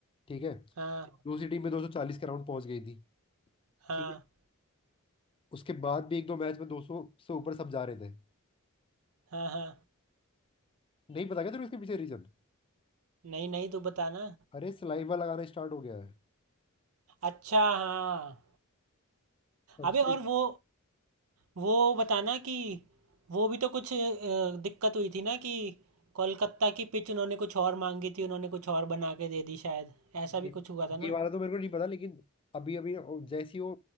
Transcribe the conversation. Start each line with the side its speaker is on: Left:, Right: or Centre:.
Left: ठीक है
Right: हाँ
Left: दूसरी टीम में दो सौ चालीस का राउंड पहुंच गई थी
Right: हाँ
Left: ठीक है उसके बाद भी एक दो मैच में दो सौ से ऊपर सब जा रहे थे
Right: हाँ हाँ
Left: नहीं पता क्या तेरे को इसके पीछे रीजन
Right: नहीं नहीं तू बता ना
Left: अरे सलाइवा लगाना स्टार्ट हो गया है
Right: अच्छा हाँ
Left: सबसे
Right: अबे और वो वो बताना कि वो भी तो कुछ अ, दिक्कत हुई थी ना कि कोलकाता की पिच उन्होंने कुछ और मांगी थी उन्होंने कुछ और बना के दे दी शायद ऐसा भी
Left: ये
Right: कुछ हुआ था
Left: ये
Right: ना
Left: वाला तो मेरे को नहीं पता लेकिन अभी अभी जैसे ही वो